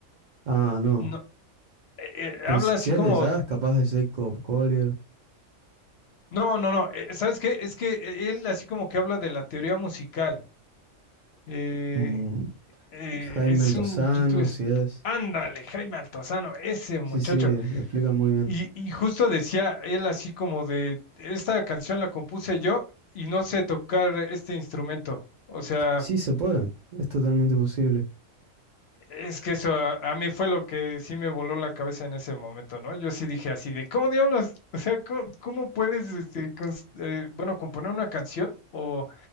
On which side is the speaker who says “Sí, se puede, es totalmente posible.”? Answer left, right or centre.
Right